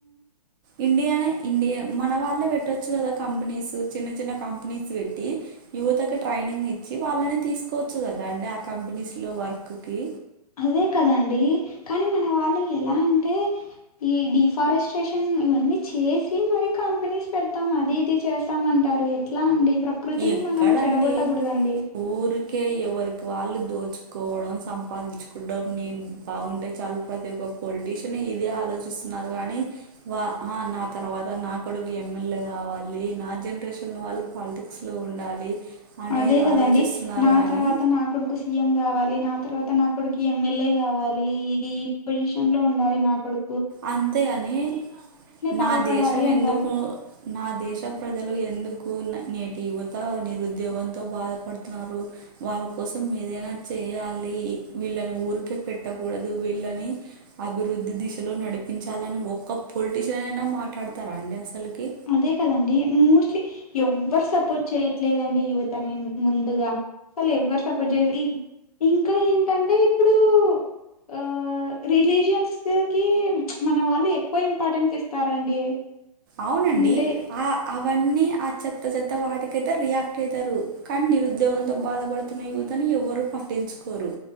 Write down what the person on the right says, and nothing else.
ఇండియానే ఇండియా మన వాళ్ళే పెట్టొచ్చు కదా కంపెనీస్ చిన్న చిన్న కంపెనీస్ పెట్టి యువతకు ట్రైనింగ్ ఇచ్చి వాళ్ళని తీసుకోవచ్చు కదా అండి ఆ కంపెనీస్ లో వర్క్కి
ఎక్కడండి
ఊరికే ఎవరికి వాళ్ళు దోచుకోవడం సంపాదించుకోవడం నేను బాగుంటే చాలు ప్రతి ఒక్క పొలిటీషియన్ ఇదే ఆలోచిస్తున్నారు కానీ వా ఆ నా తర్వాత నా కొడుకు ఎమ్మెల్యే కావాలి నా జనరేషన్ వాళ్ళు పాలిటిక్ బుక్స్ లో ఉండాలి అనేది
ఆలోచిస్తున్నారు
కానీ
అంతేగాని నా
దేశం
ఎందుకు నా దేశ ప్రజలు ఎందుకు నేటి యువత నిరుద్యోగంతో బాధపడుతున్నారు వాళ్ళ కోసం ఏదైనా చేయాలి వీళ్ళని ఊరికే పెట్టకూడదు వీళ్ళని అభివృద్ధి దిశలో నడిపించాలని ఒక్క పొలిటీషియన్ అయినా మాట్లాడతారా అండి అసల్ కి
అవునండి
ఆ అవన్నీ ఆ చెత్త చెత్త వాటికైతే రియాక్ట్ అయితరు కానీ నిరుద్యోగంతో బాధపడుతున్న యువతని ఎవ్వరు పట్టించుకోరు